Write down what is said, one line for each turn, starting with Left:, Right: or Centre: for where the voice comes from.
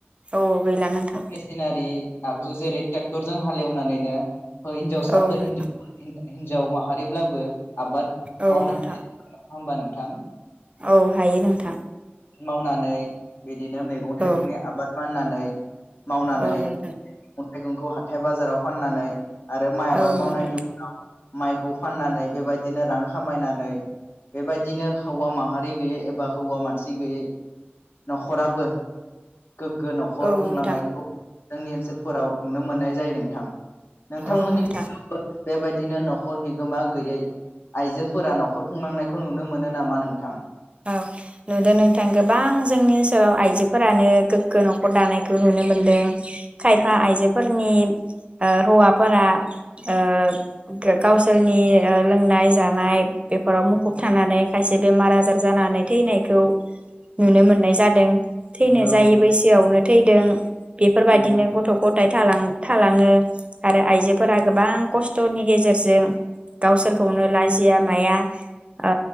Right: औ गैला
Left: <unintelligible>
Right: नोंथां
Left: आगजु जेरै टेक्टरजों हालेवनानैनो हिनजावसाफोर
Right: औ नोंथां
Left: हि हिनजाव माहारिब्लाबो आबाद
Right: औ
Left: मावनो
Right: नोंथां
Left: हानाय होमबा नोंथां
Right: औ हायो नोंथां
Left: मावनानै बिदिनो मैगं थाइगंनि
Right: औ
Left: आबाद फाननानै। मावनानै
Right: औ नोंथां
Left: उ थाइगंखौ हाथाय बाजाराव फाननानै आरो माइ आबाद
Right: औ
Left: मावनायनि
Right: नोंथां
Left: उनाव माइखौ फाननानै बेबायदि बिदिनो रां खामायनानै बेबायदिनो हौवा माहारि गैयै एबा हौवा मानसि गैयै न'खराबो गोग्गो नखर
Right: औ
Left: खुंलांनायखौ
Right: नोंथां
Left: जोंनि ओनसोल फोराव नुनो मोननाय जायो नोंथां। नोंथांमोननि
Right: औ नोंथां
Left: ओनसोलावबो बेबायदिनो नखर बिगोमा गैयै आइजोफोरा न'खर खुंलांनायखौ नुनो मोनो नामा नोंथां।
Right: औ नुदों नोंथां गोबां जोंनि ओनसोलाव आइजो फोरानो गोग्गो नखर दानाय खौ नुनो मोनदों खायफा आइजोफोरनि ओ हौवाफोरा ओ गावसोरनि ओ लोंनाय जानाय बेफोराव मुखुब थानानै खायसे बेमार आजार जानानै थैनायखौ नुनो मोननाय जादों।
Left: नंगौ
Right: थैनो जायि
Left: नोंथां
Right: बैसोयावनो थैदों। बेफोर बायदिनो
Left: नंगौ
Right: गथ' ग'थाय थालां-थालाङो आरो आइजोफोरा गोबां कस्थ'नि गेजेरजों गावसोरखौनो लाजिया माया ओ